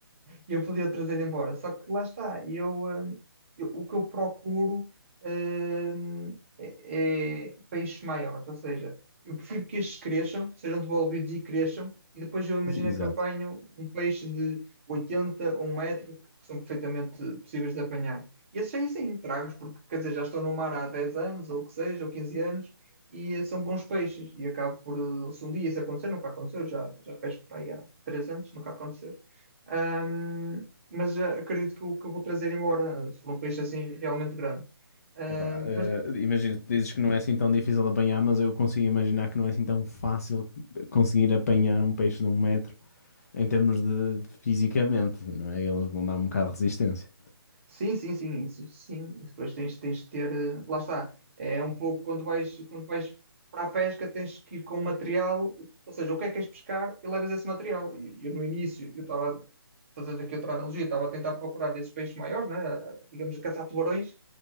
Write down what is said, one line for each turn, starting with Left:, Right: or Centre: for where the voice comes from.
Right: e eu podia trazer embora. Só que lá está, eu, hum, eu- o que eu procuro, hum, é, é peixes maiores, ou seja, eu prefiro que estes cresçam, sejam devolvidos e cresçam, e depois eu imagino
Left: Ex- Exato.
Right: que eu apanho um peixe de 80 ou um metro, que são perfeitamente possíveis de apanhar. E esses aí sim, trago-os, porque quer dizer, já estão no mar há 10 anos, ou o que seja, ou 15 anos, e eh, são bons peixes. E acabo por, eh, se um dia isso acontecer, nunca aconteceu, já, já pesco para aí há 3 anos, nunca aconteceu. Ahm, mas eh, acredito que o que eu vou trazer embora, se for um peixe assim realmente grande. Ahm,
Left: Epá, ah,
Right: mas,
Left: imagina, tu dizes que não é assim tão difícil de apanhar, mas eu consigo imaginar que não é assim tão fácil conseguir apanhar um peixe de um metro em termos de fisicamente, não é? Eles vão dar um bocado de resistência.
Right: Sim, sim, sim, isso, sim. Isso depois tens, tens de ter. eh, Lá está. É um pouco quando vais, quando vais para a pesca, tens que ir com o material, ou seja, o que é que queres pescar e levas esse material. E eu no início, eu estava fazendo aqui outra analogia, estava a tentar procurar esses peixes maiores, né? Digamos, a caçar tubarões,